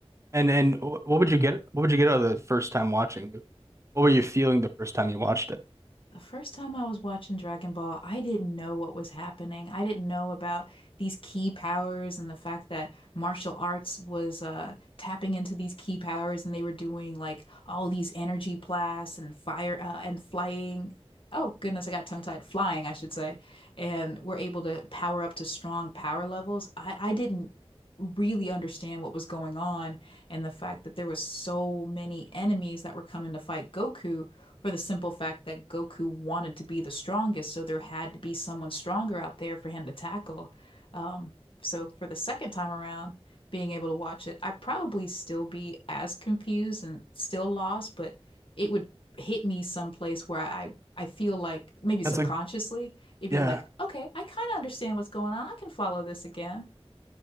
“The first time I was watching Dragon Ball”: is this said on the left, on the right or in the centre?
Left